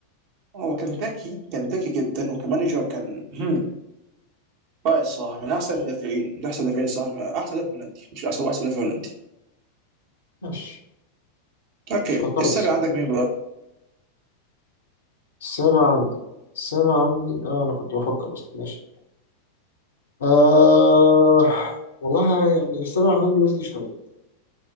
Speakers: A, on the right (about 45°); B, on the left (about 65°).
A: هو كان ذكي كان ذكي جدا وكمانجر كان هم رائع الصراحة من أحسن المدافعين من أحسن المدافعين الصراحة من أحسن مدافع هولندي مش أحسن هو أحسن مدافع هولندي
B: ماشي
A: أوكي
B: مش هعترض
A: السابع
B: الصراحة
A: عندك مين بقى؟
B: السابع عندي السابع عندي اه انا كنت بفكر اصلا ماشي آه والله يعني السابع عندي ويزلي شوية